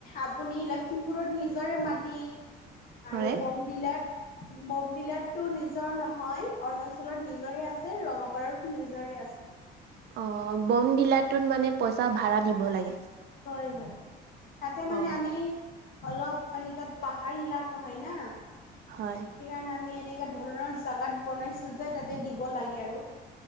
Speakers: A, on the left; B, on the right.
A: আপুনি লখিমপুৰত নিজৰে মাটি
B: হয়।
A: আৰু বমডিলাত বমডিলাত নিজৰ নহয় অৰুণাচলত নিজৰে আছে ৰঙাপাৰাত নিজৰে আছে
B: অ বমডিলাৰটোত মানে পইচা ভাড়া দিব লাগে
A: হয় হয় তাতে মানে
B: অ
A: আমি অলপ মানে তাত পাহাৰ এলকা হয় না সেইকাৰণে
B: হয়।
A: আমি এনে নে ধৰণৰ জাগাত বনাইছোঁ যে তাতে দিব লাগে আৰু